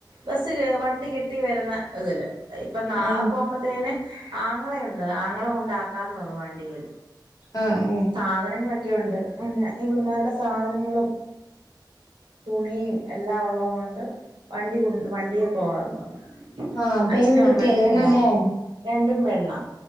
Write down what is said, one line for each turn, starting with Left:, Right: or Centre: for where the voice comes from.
Right: ബസ്സ് വണ്ടി കിട്ടി വരുന്ന ഇതില് ഇപ്പൊ നാളെ
Left: ആ
Right: പോകുമ്പോത്തേന് ആങ്ങളയുണ്ട് ആങ്ങള കൊണ്ടാക്കാന്ന് പറഞ്ഞു വണ്ടില്
Left: ആഹ്
Right: സാധനങ്ങളൊക്കെ ഉണ്ട് പിന്നെ ഇവളുമാരുടെ സാധനങ്ങളും തുണിയും എല്ലാം ഉള്ളത് കൊണ്ട് വണ്ടി <unintelligible> വണ്ടിയെ പോകാന്ന് പറഞ്ഞു
Left: ആ
Right: അച്ഛനും
Left: പെൺകുട്ടികളാണല്ലേ
Right: അമ്മൊക്കെ കൊണ്ടാക്കാം രണ്ടും പെണ്ണ